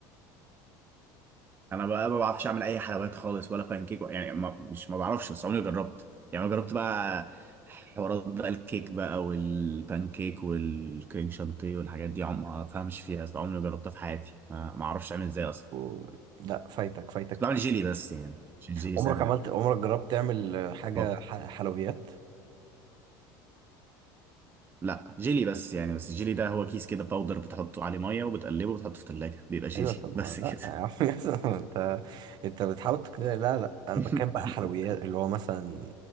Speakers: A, on the right; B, on the right.
A: انا بقى ما بعرفش اعمل اي حلويات خالص ولا فانكيك يعني ما مش ما بعرفش بس عمري ما جربت يعني انا جربت بقى حوارات بقى الكيك بقى والبانكيك والكريم شانتيه والحاجات دي عم ما فهمش فيها اصلا عمري ما جربتها في حياتي ما ما اعرفش اعمل ازاي اصلا
B: و... لا فايتك فايتك
A: كنت
B: كتير
A: بعمل جيلي بس يعني عشان الجيلي
B: عمرك
A: سهل
B: عملت عمرك جربت تعمل آه، حاجه
A: فقط.
B: ح- حلويات
A: لا جيلي بس يعني بس الجيلي ده هو كيس كده باودر بتحطه عليه ميه وبتقلبه وبتحطه في الثلاجه بيبقى جيلي
B: ايوه طب
A: بس
B: ما لا
A: كده
B: يا عم <laughs> ياسر، ما انت انت بتحاول تقنعني لا لا انا
A: <laughs>
B: بتكلم بقى حلويات اللي هو مثلا